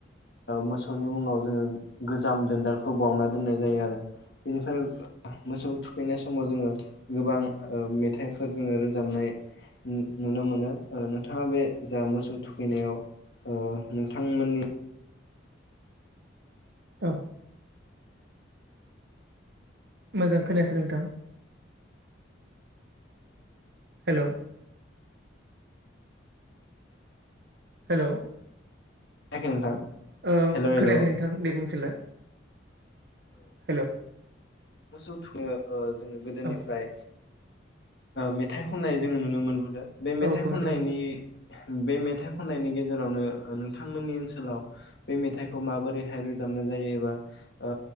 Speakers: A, on the left (about 60°); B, on the right (about 60°).
A: मोसौनि मुङाव जोङो गोजाम दोनदारखौ बावउना दोननाय जायो आरो। बेनिफ्राय मोसौ थुखैनाय समाव जोङो गोबां मेथाइफोर जोङो रोजाबनाय नुनो मोनो नोंथाङा बे जा मोसौ थुखैनायाव नोंथांमोननि
B: औ मोजां खोनायासै नोंथां हेल' हेल'
A: खोनायाखै नोंथां।
B: खोनायाखै
A: हेल' हेल' औ
B: नोंथां दे बुंफिनलाय हेल'
A: मोसौ थुङो जोङो गोदोनिफ्राय
B: औ
A: मेथाइ खननाय जोङो नुनो मोनबोदों बे मेथाइ
B: औ
A: खननायनि
B: नोंथां
A: बे मेथाइ खननायनि गेजेरावनो नोंथांमोननि ओनसोलाव बे मेथाइखौ माबोरैहाय रोजाब नायायोबा ओ